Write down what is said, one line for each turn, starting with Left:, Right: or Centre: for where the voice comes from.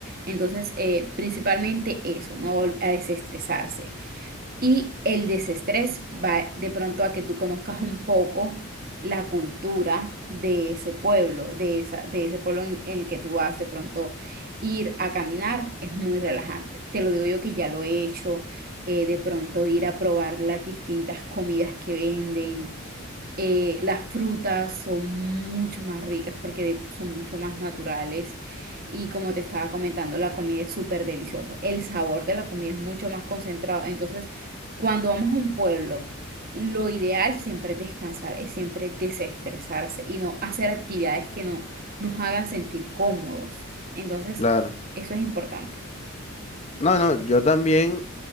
Right: Entonces, eh, principalmente eso, uno va a desestresarse. Y el desestrés va de pronto a que tú conozcas un poco la cultura de ese pueblo, de esa, de ese pueblo en el que tú vas. De pronto ir a caminar es muy relajante. Te lo digo yo que ya lo he hecho. eh, de pronto ir a probar las distintas comidas que venden, eh, las frutas son mucho más ricas porque de- son mucho más naturales y como te estaba comentando, la comida es súper deliciosa. El sabor de la comida es mucho más concentrado. Entonces, cuando vamos a un pueblo, lo ideal siempre es descansar, es siempre desestresarse y no hacer actividades que no nos hagan sentir cómodos. Entonces,
Left: claro.
Right: eso es importante.
Left: No, no, yo también,